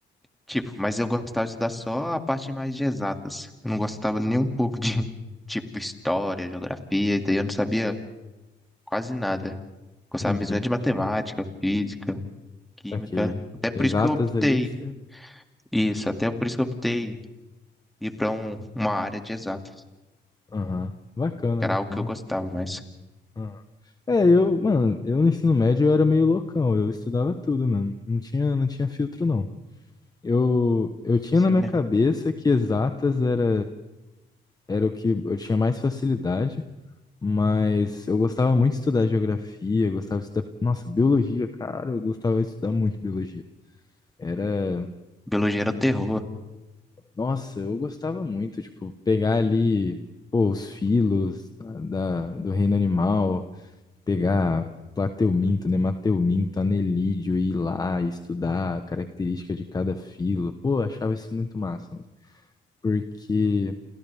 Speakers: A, in the centre; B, on the left (about 20°).
A: Tipo, mas eu gostava de estudar só a parte mais de exatas. Eu não gostava nem um pouco de, <laughs> tipo, história, geografia, e daí eu não sabia quase nada. Gostava
B: Entendi.
A: mesmo era de matemática, física, química.
B: Saquei.
A: Até por
B: Exatas
A: isso que eu optei.
B: ali, você...
A: Isso, até por isso que eu optei ir pra um, uma área de exatas,
B: Aham. Bacana,
A: que era
B: bacana.
A: algo que eu gostava, mas,
B: Aham. É, eu, mano, eu no ensino médio eu era meio loucão, eu estudava tudo mesmo. Não tinha, não tinha filtro, não. Eu, eu tinha
A: sério,
B: na minha cabeça que exatas era, era o que eu tinha mais facilidade, mas eu gostava muito de estudar geografia, gostava de estudar, nossa, biologia, cara, eu gostava de estudar muito biologia. Era,
A: biologia era o terror.
B: nossa, eu gostava muito, tipo, pegar ali, pô, os filos da, do reino animal, pegar plateuminto, nemateuminto, anelídeo, e ir lá e estudar a característica de cada filo. Pô, eu achava isso muito massa, mano, porque